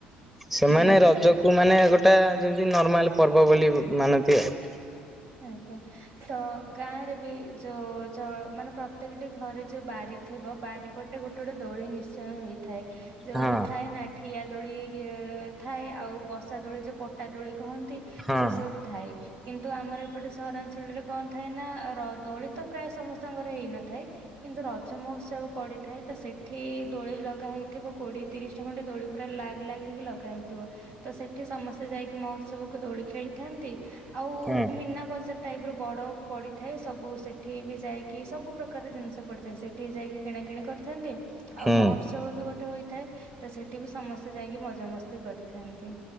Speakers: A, in the centre; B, on the right.
A: ସେମାନେ
B: ହୁଁ।
A: ରଜକୁ ମାନେ ଗୋଟେ ଯେମିତି ନର୍ମାଲ ପର୍ବ ବୋଲି ମାନନ୍ତି ଆଉ
B: ଆଜ୍ଞା ତ ଗାଁ ରେ ବି ଯୋଉ ଜ ଜ ମାନେ ପ୍ରତ୍ୟେକ ଟି ଘରେ ଯୋଉ ବାରି ଥିବ ବାରିପଟେ ଗୋଟେ ଗୋଟେ ଦୋଳି ନିଶ୍ଚୟ ନିଶ୍ଚୟ ହେଇଥାଏ। ଯୋଉ
A: ହଁ
B: ଯୋଉ ଥାଏ ନା ଠିଆ ଦୋଳି ଥାଏ ଆଉ ବସା ଦୋଳି ଯୋଉ ପଟା ଦୋଳି କହନ୍ତି
A: ହଁ
B: ସେ ସବୁ ଥାଏ କିନ୍ତୁ ଆମର ଏପଟେ ସହରାଞ୍ଚଳରେ କଣ ଥାଏ ନା ର ଦୋଳି ତ ପ୍ରାୟ ସମସ୍ତଙ୍କର ହେଇନଥାଏ କିନ୍ତୁ ରଜମ ଉତ୍ସବ ପଡ଼ିଥାଏ ତ ସେଠି ଦୋଳି ଲଗା ହେଇଥିବ କୋଡ଼ିଏ ତିରିଶ ଟା ଖଣ୍ଟେ ଦୋଳି ପୁରା ଲାଗ୍ ଲାଗ ହେଇକି ଲଗ। ଲଗା ହେଇଥିବ ସେଠି ସମସ୍ତେ ଯାଇକି ମହୋତ୍ସବକୁ ଦୋଳି ଖେଳିଥାନ୍ତି ଆଉ
A: ହଁ
B: ମୀନା ବଜାର ଟାଇପ୍ ର ବଡ଼ ପଡ଼ିଥାଏ ସବୁ ସେଠି ବି ଯାଇକି ସବୁ ପ୍ରକାର ଜିନିଷ ପଡ଼ିଥାଏ ସେଠି ଯାଇକି କିଣା କିିଣି କରିଥାନ୍ତି। ଆଉ
A: ହୁଁ।
B: ମହୋତ୍ସବ ବି ଗୋଟେ ହୋଇଥାଏ ତ ସେଠି ବି ସମସ୍ତେ ଯାଇକି ମଜା ମସ୍ତି କରିଥାନ୍ତି।